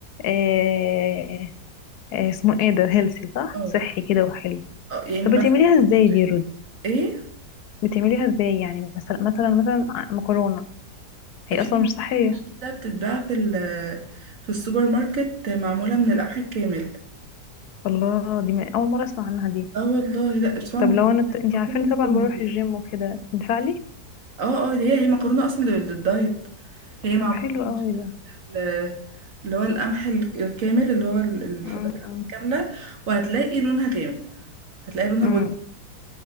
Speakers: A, on the left (about 70°); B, on the right (about 50°).
A: آه آه اسمه ايه ده هيلثي صح
B: اه
A: صحي كده وحلو
B: آه، يعني
A: طب بتعمليها
B: مثلا
A: ازاي دي رود
B: ايه
A: بتعمليها ازاي يعني مثلا مثلا مثلا آه، مكرونة هي
B: في
A: اصلا
B: مكرونة
A: مش صحية
B: كده بتتباع في ال- في السوبر ماركت معمولة من القمح الكامل
A: الله دي م- اول مرة اسمع عنها دي
B: اه والله لا اسمها
A: طب
B: مكرونة
A: لو انا انت عارفاني
B: لونها
A: طبعا
B: بني
A: بروح
B: كده
A: الجيم وكده ينفع لي
B: اه اه دي هي هي مكرونة اصلا لل- للدايت هي
A: طب
B: معمولة
A: حلو
B: من
A: قوي
B: شكل
A: ده
B: آه، اللي هو القمح ال- الكامل اللي هو ال- الحبات
A: امم
B: القمح
A: امم
B: الكاملة وهتلاقي لونها غامق هتلاقي لونها
A: إمم.
B: بني